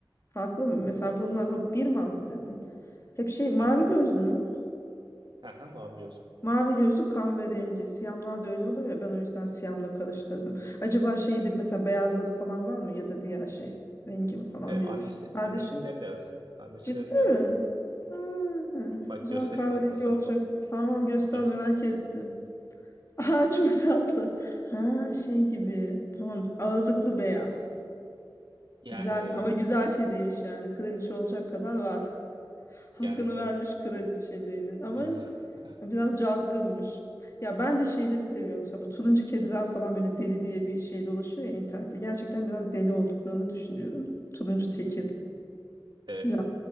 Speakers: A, on the left; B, on the right.
A: Farklı mı? Mesela bunlar da Birman mı dedin? Hep şey mavi
B: Haha,
A: gözlü mü?
B: haha, Mavi gözlü.
A: Mavi gözlü kahverengi. Siyamlar da öyle oluyor ya ben o yüzden siyamla karıştırdım. Acaba şeyi de mesela beyazları falan var mı ya da diğer şey rengi mi falan
B: E, annesi
A: diye düşün. Kardeşi.
B: annesi bembeyaz. Annesi
A: Ciddi
B: bembeyaz
A: mi?
B: bunun.
A: Ha,
B: Bak
A: o zaman
B: göstereyim
A: kahverengi
B: hatta sana
A: olacak.
B: foto
A: Tamam göster
B: fotoğrafın.
A: merak ettim. <laughs> Aa çok tatlı. Ha şey gibi. Tamam ağırlıklı beyaz.
B: Yani
A: Güzel
B: evet.
A: ama güzel kediymiş yani. Kraliçe olacak kadar var. Hakkını
B: Yani evet.
A: vermiş kraliçeliğinin ama
B: <laughs>
A: biraz cazgırmış. Ya ben de şeyleri seviyorum. Mesela bu turuncu kediler falan böyle deli diye bir şey dolaşıyor ya internette. Gerçekten biraz deli olduklarını düşünüyorum. Turuncu tekir.
B: Evet.
A: Biraz,